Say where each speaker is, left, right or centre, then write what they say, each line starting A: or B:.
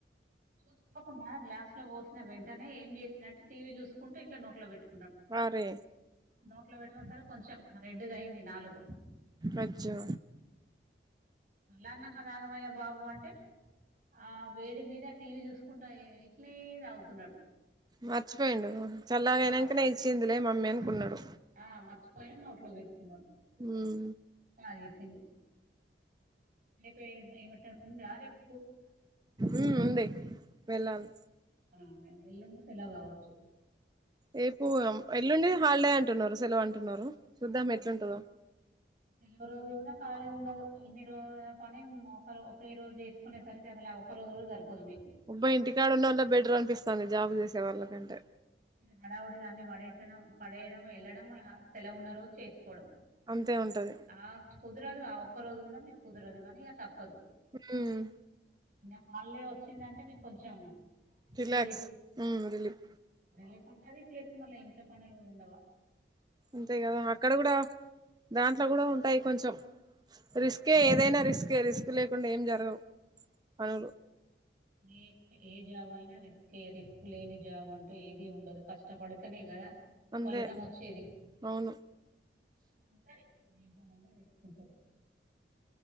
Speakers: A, on the right (about 50°); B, on the right (about 25°).
A: చూసుకోకుండా గ్లాస్ లో పోసిన వెంటనే ఏం చేసిండంటే టీవీ చూసుకుంటూ ఇట్లా నోట్లో పెట్టు
B: అరే
A: నోట్ లో పెట్టికొనే సరే కొంచెం రెడ్ గా అయింది నాలుక
B: అజ్జో
A: అల్ల అన్నా కదా ఆగమయ్యి బాబు అంటే ఆ వేడి మీద ఆ టీవీ చూసుకుంటా ఇట్లే తాగుతున్నాడు.
B: మర్చిపోయిండు చల్లాగాయినాంకనే
A: ఆ,
B: ఇచ్చిందిలే మమ్మీ అనుకున్నాడు.
A: ఆ మర్చిపోయి నోట్లో పెట్టుకున్నాడు.
B: హ్మ్
A: ఆ ఎషిండు ఏప్ రేపు ఎంవుంటది ఉందా రేప్
B: ఉమ్ ఉంది వెళ్ళాలి.
A: ఉమ్ ఉ ఎల్లుండి సెలవ్ కావచ్చు.
B: రేపు ఎల్లుండి హాలిడే అంటున్నారు. సెలవు అంటున్నారు. చూద్దాం ఎట్లుంటదో
A: అదే సెలవు రోజు కూడా ఖాళీ ఉండదు. ఇన్ని రోజుల పని ఒక రో ఒకే రోజు చేసుకునేసరికి అసలు ఆ ఒక రోజు కూడా జరిపోదు మీకు
B: ఉబ్బయి ఇంటికాడ ఉన్న వాళ్ల బెటర్ అనిపిస్తంది. జాబ్లు చేసే వాళ్ళకంటే
A: హడావుడుగా అన్ని పడేస్తడం పడేయడం వెళ్ళడం వల్ల హా సెలవున్నా రోజు చేసుకోవడం
B: అంతే ఉంటది
A: ఆఫ్ కుదరదు ఆ ఒక్క రోజు కూడా మీకు కుదరదు కానీ ఇక తప్పదు.
B: హ్మ్
A: ఇక హాలిడే వచ్చిందంటే మీకు కొంచెం
B: relax
A: relief
B: um relief
A: relief ఉంటది ప్లేస్ మళ్ళీ ఇంట్లో పనులు కూడా ఉండవా!
B: అంతే కదా అక్కడ కూడా దాంట్లో కూడా ఉంటాయి కొంచెం రిస్కే ఏదైనా రిస్కే రిస్క్ లేకుండా ఏం జరగవు. పనులు
A: ఏ ఏ జాబైన రిస్కే రిస్క్ లేని జాబ్ అంటూ ఏది ఉండదు. కష్టపడితేనే కదా
B: అంతే
A: ఫలితం వచ్చేది.
B: అవును
A: ఉంటది దేంట్లోనైనా రిస్క్ ఉంటది.